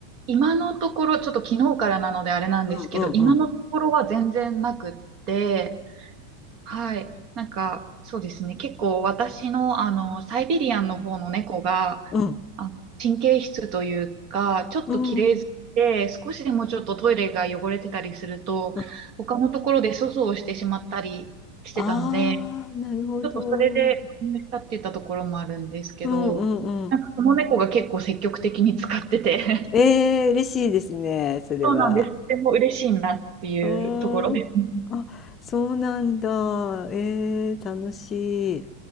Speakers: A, on the right; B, on the left.
A: 今のところ、ちょっと昨日からなのであれなんですけど、
B: うんうんうん。
A: 今のところは全然なくって、はい。なんか、そうですね。結構私の、あの、サイビリアンの方の猫が、
B: うん。
A: あ、神経質というか、ちょっと綺麗好きで、
B: うん。
A: 少しでもちょっとトイレが汚れてたりすると、
B: うん。
A: 他のところで粗相をしてしまったりしてたので、
B: ああ、なるほど。
A: ちょっとそれで、
B: うん
A: まねしたって言ったところもあるんですけど、
B: うんうん。
A: なんかその猫が結構積極的に使ってて、<laughs>
B: ええ、嬉しいですね、それは。
A: そうなんです。とても嬉しいなっていうところです。
B: うーん。あ、そうなんだ。ええ、楽しい。